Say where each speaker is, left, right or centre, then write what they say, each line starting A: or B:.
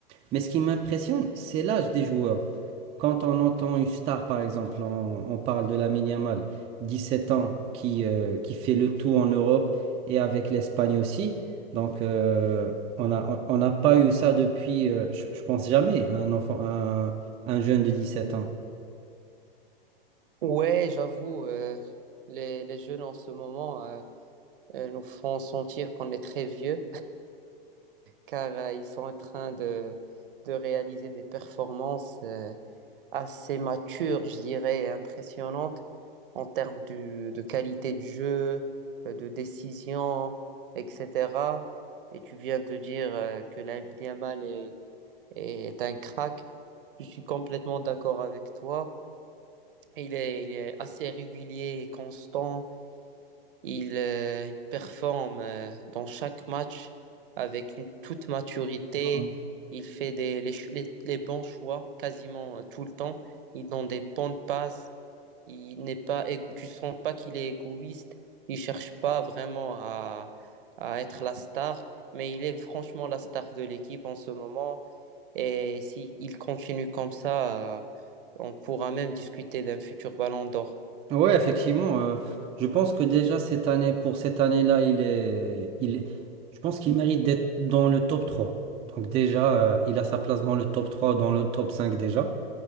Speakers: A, on the right (about 20°); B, on the right (about 60°).
A: Mais ce qui m'impressionne, c'est l'âge des joueurs. Quand on entend une star, par exemple, on, on parle de Lamine Yamal, 17 ans, qui, euh, qui fait le tour en Europe et avec l'Espagne aussi. Donc, euh, on a, on on n'a pas eu ça depuis, euh, je, je pense jamais, un enfant, un, un jeune de 17 ans.
B: Ouais, j'avoue, euh, les, les jeunes en ce moment euh, euh, nous font sentir qu'on est très vieux, car euh, ils sont en train de, de réaliser des performances euh, assez mature, je dirais, et impressionnante en termes de, de qualité de jeu, euh, de décision, etc. Et tu viens de dire euh, que Lamine Yamal est, est un crack. Je suis complètement d'accord avec toi. Il est, il est assez régulier et constant. Il, euh, il performe euh, dans chaque match avec une toute maturité.
A: Ouais.
B: Il fait des, les, ch- les- les bons choix quasiment euh, tout le temps. Il donne des bonnes passes. Il n'est pas, égo- tu sens pas qu'il est égoïste. Il cherche pas vraiment à, à être la star, mais il est franchement la star de l'équipe en ce moment. Et si il continue comme ça, euh, on pourra même discuter d'un futur Ballon d'Or.
A: Ouais, effectivement. euh, je pense que déjà cette année, pour cette année-là, il est, il est- je pense qu'il mérite d'être dans le top 3. Donc déjà, euh, il a sa place dans le top 3, dans le top 5 déjà.